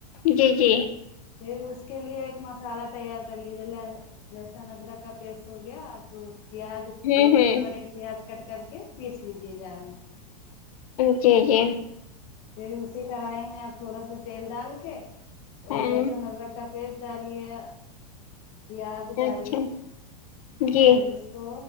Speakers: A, on the left; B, on the left.
A: جی جی
B: پھر اس کے لیے ایک مسالحہ تیار کر لیجے ل لہسن ادرک کا پیسٹ ہو گیا اب پیاز
A: ہوں
B: دو تین
A: ہوں
B: بڑے پیاز کٹ کر کے پیس لیجے جار میں
A: جی جی
B: پھر اسی کڑھائی میں آپ تھوڑا سا تیل ڈال کے وہی
A: ہاں
B: لہسن ادرک کا پیسٹ ڈالیے پیاز ڈالیے
A: اچھا جی
B: پھر کو